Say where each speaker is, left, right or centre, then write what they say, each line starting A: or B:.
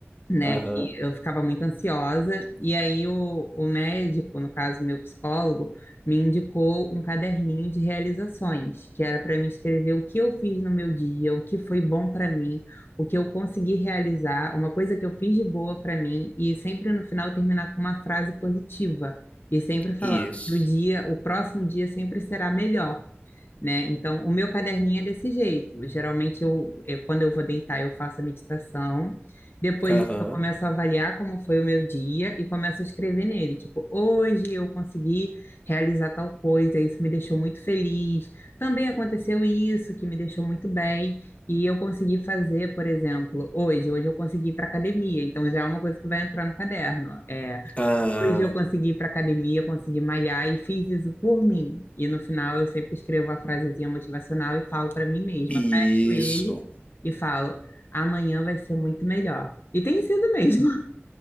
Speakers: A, on the left (about 60°); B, on the left (about 30°).
A: né,
B: Aham.
A: que eu ficava muito ansiosa, e aí o, o médico, no caso meu psicólogo, me indicou um caderninho de realizações, que era para mim escrever o que eu fiz no meu dia, o que foi bom para mim, o que eu consegui realizar, uma coisa que eu fiz de boa para mim, e sempre no final terminar com uma frase positiva, e sempre falando
B: Isso.
A: que o dia, o próximo dia sempre será melhor né? Então, o meu caderninho é desse jeito. Geralmente, eu, eu- quando eu vou deitar, eu faço a meditação. Depois
B: Aham.
A: disso, eu começo a avaliar como foi o meu dia e começo a escrever nele. Tipo, hoje eu consegui realizar tal coisa, isso me deixou muito feliz. Também aconteceu isso, que me deixou muito bem. E eu consegui fazer, por exemplo, hoje. Hoje eu consegui ir para academia. Então, já é uma coisa que vai entrar no caderno. É,
B: Ah,
A: Hoje eu consegui ir para academia, consegui malhar e fiz isso por mim. E no final eu sempre escrevo a frasezinha motivacional e falo para mim mesma,
B: isso.
A: fecho ele e falo: amanhã vai ser muito melhor. E tem sido mesmo. <laughs>